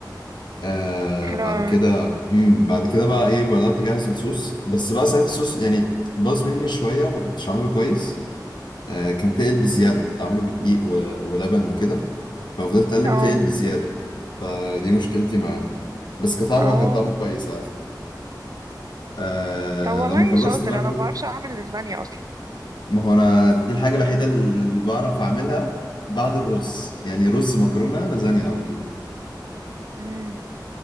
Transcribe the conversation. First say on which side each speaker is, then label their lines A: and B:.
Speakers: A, on the left; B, on the right.
A: آه
B: حلو
A: بعد
B: أوي.
A: كده امم بعد كده بقى ايه بدات اجهز الصوص بس بقى ساعتها الصوص يعني باظ مني شويه ما كنتش عامله كويس آه كان تقل بزياده كنت عامله بدقيق و- ولبن وكده ففضلت اقلب
B: اه
A: تقل بزياده فدي مشكلتي معاه بس كطعم
B: اه
A: هو كان طعمه كويس عادي آه
B: طب والله
A: لما خلصت
B: شاطر
A: بقى
B: انا
A: كل...
B: ما بعرفش اعمل لازانيا اصلا
A: ما هو انا دي الحاجه الوحيده اللي بعرف اعملها بعد الرز يعني رز مكرونه لازانيا على طول
B: امم